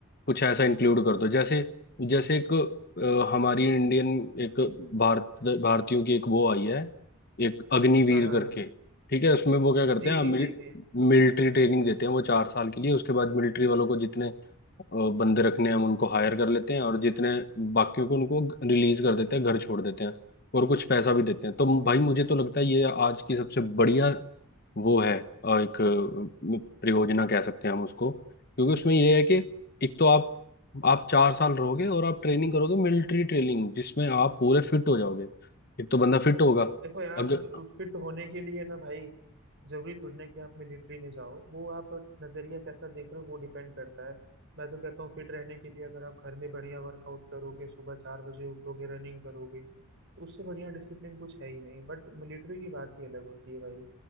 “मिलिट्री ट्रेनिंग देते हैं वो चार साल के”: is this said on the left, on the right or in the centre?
Left